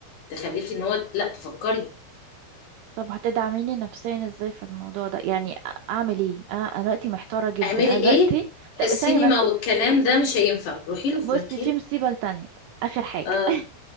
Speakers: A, on the left; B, on the right.
A: تخليكي ان هو لا تفكري
B: طب هتدعميني نفسيا ازاي في الموضوع ده يعني أ- اعمل ايه أ- انا دلوقتي محتارة جدا
A: اعملي
B: انا
A: ايه
B: دلوقتي طب
A: السينما
B: استني بس
A: والكلام ده مش هينفع روحي له في
B: بصي
A: مكان
B: في مصيبة تانية آخر حاجة
A: اه
B: <laughs>